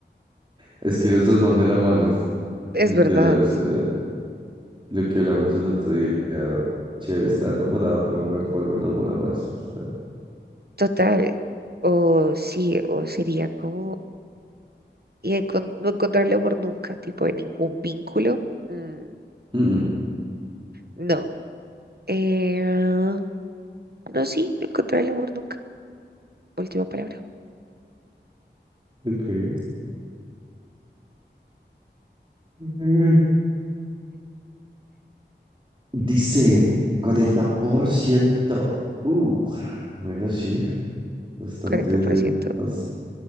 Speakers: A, on the right; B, on the right.
A: es que los dos van de la mano,
B: Es
A: literal,
B: verdad.
A: o sea, Lo que hablamos el otro día, chévere, está enamorado, pero un buen polvo enamora más. Está-
B: Total, o sí, o sería como, y encon- no encontrarle amor nunca, tipo de ningún vínculo, mm,
A: Mm,
B: no. Eh, no, sí, no encontrarle amor nunca, última palabra,
A: mm. Ok. mm. Dice 40%. Uh, bueno, sí, bastante,
B: cuarenta por ciento
A: bastante